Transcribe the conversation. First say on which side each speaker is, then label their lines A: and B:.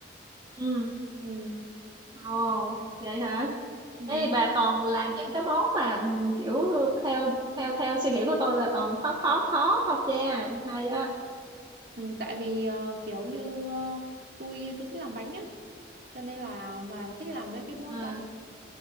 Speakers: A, on the right; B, on the right.
A: ừ
B: ừ,
A: Ồ, vậy hả?
B: ừ,
A: Ê, bà toàn làm những cái món mà ừm, kiểu theo theo theo suy nghĩ của tôi là toàn khó khó khó không cha hay á
B: ừ, tại vì ờ, kiểu như ờ, tôi tôi thích làm bánh á cho nên là mà thích làm mấy cái món
A: ừ
B: bánh